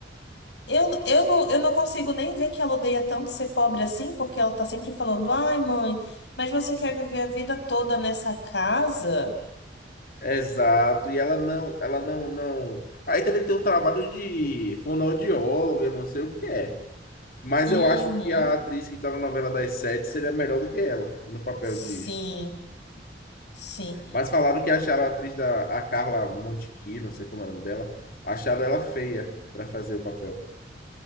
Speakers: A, on the left; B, on the left.
A: Eu, eu, não, eu não consigo nem ver que ela odeia tanto ser pobre assim, porque ela tá sempre falando, ai, mãe, mas você quer viver a vida toda nessa casa?
B: Exato. E ela não, ela não, não. Aí teria que ter um trabalho de fonoaudióloga, eu não sei o que é. Mas
A: Uhum.
B: eu acho que a atriz que tá na novela das sete seria melhor do que ela, no papel
A: Sim,
B: de.
A: sim.
B: Mas falaram que acharam a atriz da a Carla Montequi, não sei como é o nome dela, acharam ela feia para fazer o papel.